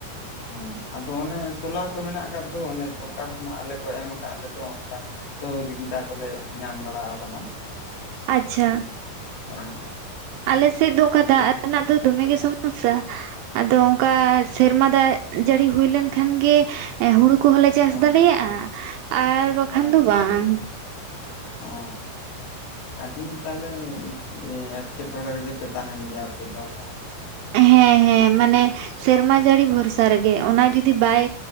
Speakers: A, on the left; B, on the right.
A: ᱦᱮᱸ ᱟᱫᱚ ᱚᱱᱮ ᱥᱚᱞᱟ ᱠᱚ ᱢᱮᱱᱟᱜ ᱟᱠᱟᱫ ᱫᱚ ᱚᱱᱮ ᱥᱚᱨᱠᱟᱨ ᱠᱷᱚᱱᱟᱜ ᱟᱞᱮ ᱠᱚ ᱮᱢ ᱟᱠᱟᱫ ᱞᱮᱫᱚ ᱚᱱᱠᱟ ᱥᱚᱦᱚ ᱡᱩᱜᱤᱛᱟ ᱠᱚᱞᱮ ᱧᱟᱢ ᱵᱟᱲᱟ ᱟᱠᱟᱫᱟ
B: ᱟᱪᱷᱟ
A: ᱦᱳᱭ
B: ᱟᱞᱮ ᱥᱮᱫ ᱫᱚ ᱚᱱᱠᱟ ᱫᱟᱜ ᱨᱮᱱᱟᱜ ᱫᱚ ᱫᱚᱢᱮ ᱜᱮ ᱥᱚᱢᱚᱥᱥᱟ ᱟᱫᱚ ᱚᱱᱠᱟ ᱥᱮᱨᱢᱟ ᱫᱟᱜ ᱡᱟᱹᱲᱤ ᱦᱩᱭ ᱞᱮᱱ ᱠᱷᱟᱱ ᱜᱮ ᱦᱩᱲᱩ ᱠᱚᱦᱚᱸ ᱞᱮ ᱪᱟᱥ
A: ᱦᱳᱭ
B: ᱫᱟᱲᱮᱭᱟᱜᱼᱟ ᱟᱨ ᱵᱟᱠᱷᱟᱱ
A: ᱦᱳᱭ
B: ᱫᱚ ᱵᱟᱝ
A: ᱚ ᱟᱰᱤ ᱛᱟᱦᱚᱞᱮ ᱮᱴᱠᱮ ᱴᱚᱲᱮ ᱨᱮᱜᱮ ᱯᱮ ᱛᱟᱦᱮᱱ ᱜᱮᱭᱟ ᱟᱯᱮ ᱫᱚ ᱵᱟᱝ
B: ᱦᱮᱸ ᱦᱮᱸ ᱢᱟᱱᱮ ᱥᱮᱨᱢᱟ ᱡᱟᱹᱲᱤ ᱵᱷᱚᱨᱥᱟ ᱨᱮᱜᱮ ᱚᱱᱟ ᱡᱩᱫᱤ ᱵᱟᱭ